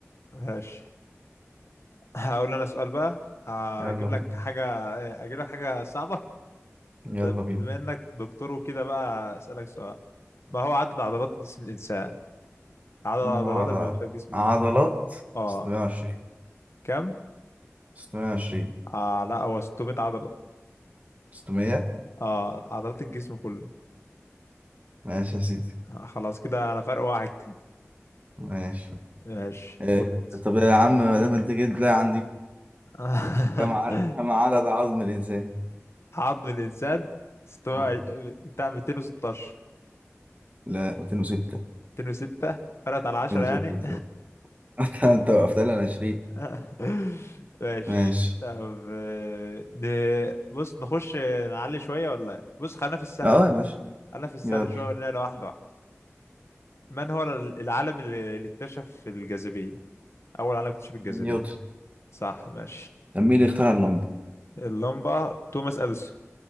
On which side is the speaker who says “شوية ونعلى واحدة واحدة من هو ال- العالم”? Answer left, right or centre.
Left